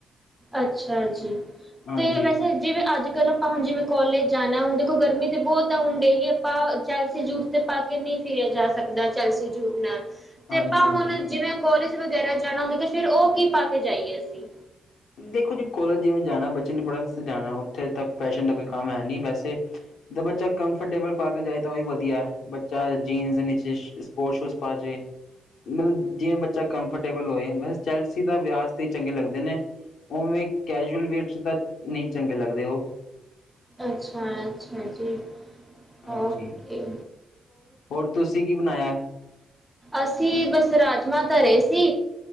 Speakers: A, in the centre; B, on the left.
A: ਅੱਛਾ ਜੀ।
B: ਹਾਂਜੀ
A: ਤੇ ਵੈਸੇ ਜਿਵੇਂ ਅੱਜ ਕੱਲ੍ਹ ਆਪਾਂ ਹੁਣ ਜਿਵੇਂ ਕੋਲੇਜ ਜਾਣਾ ਹੁਣ ਦੇਖੋ ਗਰਮੀ ਤਾਂ ਬਹੁਤ ਆ ਹੁਣ ਡੇਲੀ ਆਪਾਂ ਚੈਲਸੀ ਜੂਟ 'ਤੇ ਪਾ ਕੇ ਨਹੀਂ ਫਿਰਿਆ ਜਾ ਸਕਦਾ ਚੈਲਸੀ ਜੂਟ ਨਾਲ ਤੇ
B: ਹਾਂਜੀ
A: ਆਪਾਂ
B: ਹਾਂਜੀ
A: ਹੁਣ ਜਿਵੇਂ ਕੋਲਜ ਵਗੈਰਾ ਜਾਣਾ ਹੁੰਦਾ ਤੇ ਫੇਰ ਉਹ ਕੀ ਪਾ ਕੇ ਜਾਈਏ ਅਸੀਂ?
B: ਦੇਖੋ ਜੀ ਕੋਲਜ ਜਿਵੇਂ ਜਾਣਾ ਬੱਚੇ ਨੂੰ ਪੜ੍ਹਨ ਵਸਤੇ ਜਾਣਾ ਉੱਥੇ ਤੱਕ ਫੈਸ਼ਨ ਦਾ ਕੋਈ ਕੰਮ ਹੈ ਨਹੀਂ ਵੈਸੇ ਜ ਬੱਚਾ ਕੰਫਰਟੇਬਲ ਪਾ ਕੇ ਜਾਵੇ ਤਾਂ ਉਹ ਵੀ ਵਧੀਆ ਬੱਚਾ ਜੀਨਸ ਨੀਚੇ ਸਪੋਰਟਸ ਸ਼ੂਜ ਪਾ ਜਾਵੇ ਮਤਲਬ ਜਿਵੇਂ ਬੱਚਾ ਕੰਫਰਟੇਬਲ ਹੋਏ ਵੈਸੇ ਚੈਲਸੀ ਦਾ ਵਿਆਜ 'ਤੇ ਹੀ ਚੰਗੇ ਲੱਗਦੇ ਨੇ ਉਵੇਂ ਕੈਜੂਅਲ ਵੀਅਰਸ ਤਾਂ ਨਹੀਂ ਚੰਗੇ ਲੱਗਦੇ ਉਹ
A: ਅੱਛਾ-ਅੱਛਾ ਜੀ।
B: ਹਾਂਜੀ
A: ਓਕੇ।
B: ਹੋਰ, ਤੁਸੀਂ ਕੀ ਬਣਾਯਾ?
A: ਅਸੀਂ ਬਸ ਰਾਜਮਾਂ ਧਰੇ ਸੀ।